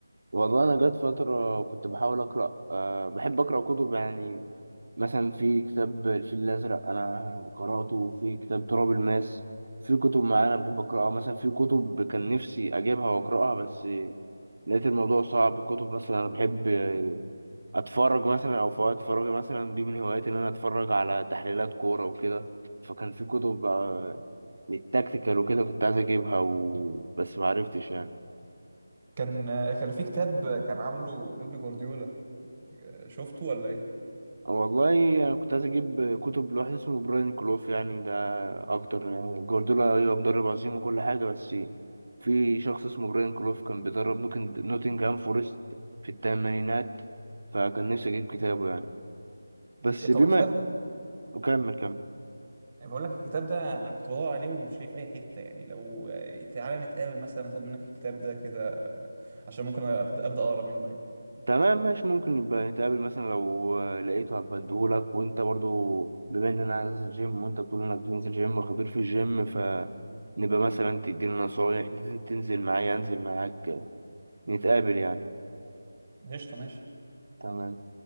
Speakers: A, on the right; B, on the right.
A: والله انا جت فترة كنت بحاول أقرأ أه بحب أقرأ كتب يعني مثلا في كتاب الفيل الأزرق انا قرأته في كتاب تراب الماس في كتب معينة بحب أقرأها مثلا في كتب كان نفسي اجيبها وأقرأها بس لقيت الموضوع صعب كتب مثلا انا بحب اتفرج مثلا او في وقت فراغي مثلا دي من هواياتي ان انا اتفرج على تحليلات كوره وكده فكان في كتب آه، للتكتيكال وكده كنت عايز اجيبها و... بس ما عرفتش يعني
B: كان كان في كتاب كان عامله بيب جوارديولا شفته ولا ايه؟
A: والله انا كنت عايز اجيب كتب لواحد اسمه براين كلوف يعني ده اكتر يعني جوارديولا ايوه مدرب عظيم وكل حاجه بس في شخص اسمه براين كلوف كان بيدرب نوتن- نوتنجهام فورست في الثمانينات فكان نفسي اجيب كتابه يعني بس
B: إيه طب
A: بما
B: الكتاب
A: وكمل كمل
B: بقول لك الكتاب ده انا كنت بدور عليه ومش لاقيه في اي حتة يعني لو تعالى نتقابل مثلا اخد منك الكتاب ده كده عشان ممكن ابدا أبدأ اقرا منه يعني
A: تمام ماشي ممكن نبقى نتقابل مثلا لو آه، لقيته هبقى اديهولك وانت برضو بما ان انا عايز انزل جيم وانت بتقول انك بتنزل جيم وخبير في الجيم فنبقى مثلا تديني نصايح تنزل معايا انزل معاك نتقابل يعني
B: قشطة ماشي
A: تمام